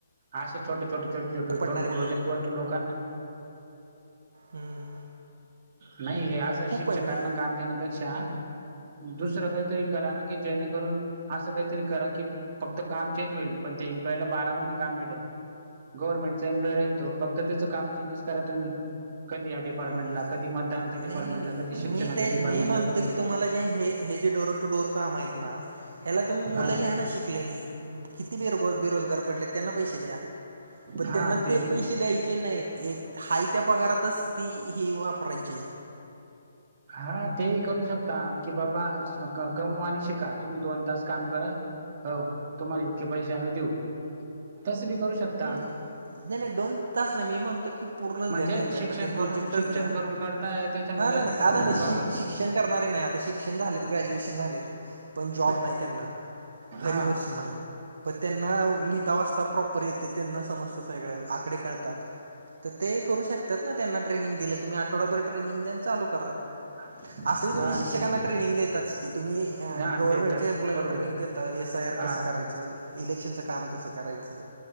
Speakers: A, on the right (about 35°); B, on the right (about 55°).
A: असे छोट छोटे छोट छट
B: पडणारी
A: छोटे
B: मुलं
A: प्रोजेक्टवर लोकांना.
B: हम्म.
A: नाही हे असं
B: खूप
A: शिक्षकांना
B: आहे म्हणजे
A: काम देण्यापेक्षा दुसरं काहीतरी करा ना की जेणेकरून असं काहीतरी करा की फक्त काम चेंज होईल पण त्याम्पलॉईला बारा महिने काम भेटेल. गव्हर्नमेंटचा एम्प्लॉय राहीलो फक्त त्याचं काम चेजस करा तुम्ही कधी परमनंट
B: हम्म
A: ला, कधी मतदाना
B: नाही
A: डपार्टमेंटला,
B: नाही नाही
A: कधी शिक्षणा
B: मी ते मी
A: डिपार्टमेट
B: म्हणतो
A: ला, कधी
B: की तुम्हाला हे जे डोर टूडोर काम आहेत ना याला तुम्ही मुलं
A: हा
B: घ्या ना शिक किती बेरो -बेरोजगार पडले. त्यांना पैसे द्या पण
A: हा
B: त्यांना ते
A: बी
B: पैसे द्यायचे नाहीत एक हाय त्या पगारातच ती ही वापरायची.
A: हा ते ही करू शकता की बाबा कमवा आणि शिका तुम्ही दोन तास काम करा हो तुम्हाला इतके पैसे आम्ही देऊ. तस बी करू शकता
B: हम्म नाही नाही दोन तास नाही मी म्हणतो की पूर्णच
A: म्हणजे
B: द्या त्यांच्याकडे
A: शिक्षण
B: ते
A: करून
B: प्रोजेक्टच
A: शिक्षण
B: द्या
A: करून करताय त्याच्यामुळे
B: हा नाही नाही आ नाही शि-
A: बाबत
B: शिक्षण करणारे नाही आता शिक्षण झालेत ग्रॅज्युएशन झालेते पण जॉब नाही त्यांना घरी
A: हा
B: बसून
A: हा
B: आहेत. पण त्यांना लिहिता वाजता प्रॉपर येते त्यांना समस्त सगळे आकडे करळतात. तर ते करू शकतात ना त्यांना ट्रेनिंग दिलं तुम्ही, आठवडाभर ट्रेनिंग द्या अन चालू करा.
A: <inaudible>
B: असंही तुम्ही शिक्षकांना
A: ते
B: ट्रेनिंग देताच की. तुम्ही अ
A: हा
B: गव्हर्मेंटच्या
A: देतात
B: एम्प्लॉइजला
A: बरोबर
B: ट्रेनिंग देत आता एस आय आर
A: हा
B: कसं करायचं, इलेक्शनचं काम कसं करायचं.